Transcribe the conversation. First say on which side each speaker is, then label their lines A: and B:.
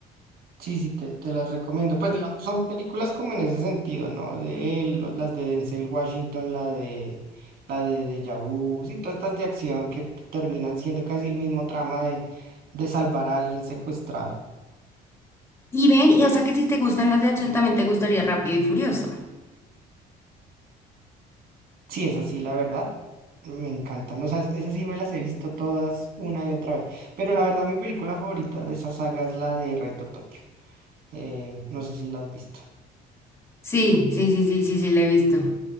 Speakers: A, on the right (about 65°); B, on the left (about 15°).
A: Sí, sí, te, te las recomiendo. Pues, digamos, son películas como en ese sentido, ¿no? De él, lo- las de Denzel Washington, la de, la de Deja Vu, sí, todas estas de acción que terminan siendo casi el mismo trama de, de salvar a alguien secuestrado.
B: Y ven, y o sea que si te gustan las de acción, también te gustaría Rápido y Furioso.
A: Sí, es así, la verdad. Me encantan. O sea, esas sí me las he visto todas una y otra vez. Pero la verdad, mi película favorita de esa saga es la de Reto Tokio. Eh, no sé si la has visto.
B: Sí, sí, sí, sí, sí, sí, le he visto.